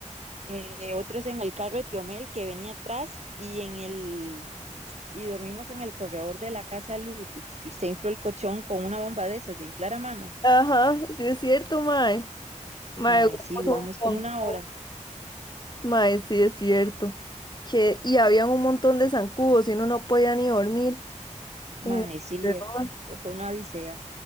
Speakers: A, on the right; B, on the left.
A: eh, otros en el carro de Tiomel que venía atrás y en el y dormimos en el corredor de la casa de Lourdes, que usted infló el colchón con una bomba de esas de inflar a mano.
B: Ajá, sí es cierto, Mae. Mae,
A: Mae,
B: duramos
A: sí, duramos como
B: un
A: una
B: montón.
A: hora.
B: Mae, sí, es cierto. Que, y había un montón de zancudos y uno no podía ni dormir
A: Mae,
B: en el
A: sí, eh,
B: corredor.
A: eso fue una odisea.